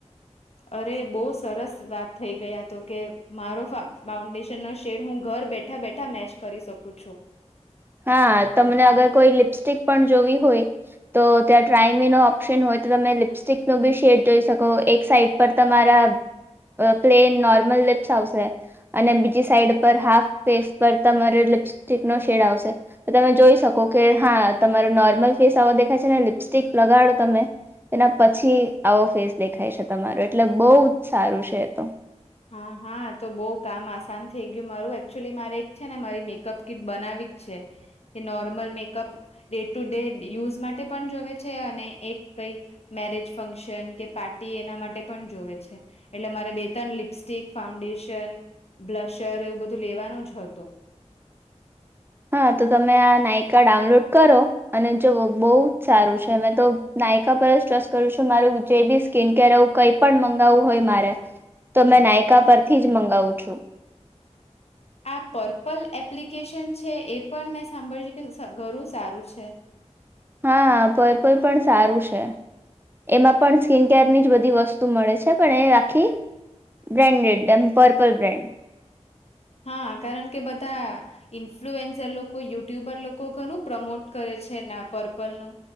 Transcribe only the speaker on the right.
હા, તમને અગર કોઈ લિપસ્ટિક પણ જોવી હોય. તો ત્યાં ટ્રાય-મીનો ઑપ્શન હોય તો તમે લિપસ્ટિકનો પણ શેડ જોઈ શકો, એક સાઈડ. પણ તમારા અ પ્લેન નોર્મલ લિપ્સ આવશે. અને બીજી સાઈડ પર હાફ ફેસ પર તમારે લિપસ્ટિકનો શેડ આવશે. તો તમે જોઈ શકો કે, હા, તમારો નોર્મલ ફેસ આવો દેખાય છે અને લિપસ્ટિક લગાડો તમે. એના પછી આવો ફેસ દેખાય છે તમારો, એટલે બહુ જ સારું છે એ તો.
હા તો તમે આ નાયકા ડાઉનલોડ કરો અને જો બહુ જ સારું છે. મેં તો નાયકા પર જ ટ્રસ્ટ કરું છું મારું જે બી ઇસ્કીન કેર એવું કાઇક પર મગાવુ હોય મારે તો મે નાયકા પરથી જ મંગાવુ છું.
હા, પર્પલ પણ સારું છે. એમાં પણ સ્કિનકેરની જ બધી વસ્તુ મળે છે, પણ એ આખી. બ્રાન્ડેડ, એમ પર્પલ બ્રાન્ડ.